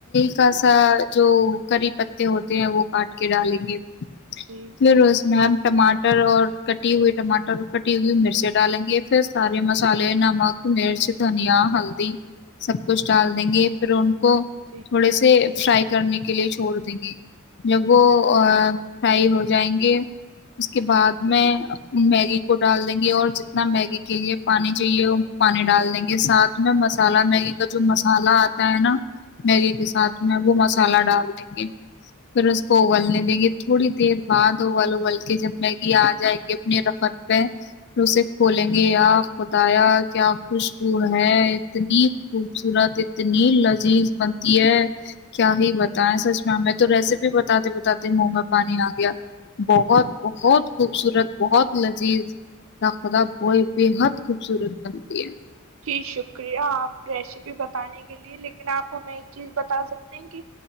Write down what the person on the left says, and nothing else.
کا سا جو کری پتے ہوتے ہیں وہ کاٹ کے ڈالیں گے
فروز میم ٹماٹر اور کٹی ہوئی ٹماٹر کٹی ہوئی مرچیں ڈالیں گے پھر سارے مسالے نمک مرچ دھنیا ہلدی سب کچھ ڈال دیں گے پھر ان کو
تھوڑے سے فرائی کرنے کے لیے چھوڑ دیں گے <inaudible> فرائی ہو جائیں گے اس کے بعد میں میگی کو ڈال دیں گی اور جتنا میگی کے لیے پانی چاہیے وہ پانی ڈال دیں گے یہ ساتھ میں مس مگی کا جو مسالہ آتا ہے نا میگری کے ساتھ میں وہ مسالہ ڈال دیں گے پھر اس کو ابلنے دیں گے تھوڑی دیر بعد اوول ابول کے جب میگی آ جائے گی اپنی رفت پہ پھر اسے کھولیں گے خدایا کیا خوشبو ہے اتنی خوبصورت اتنی لذیذ بنتی ہے کیا ہی بتائیں سچ میں ہمیں تو ریسیپی بتاتے بتاتے من میں پانی آ گیا بہت بہت خوبصورت بہت لذیذ ناخذ ہوئے بےحد خوبصورت بنتی ہے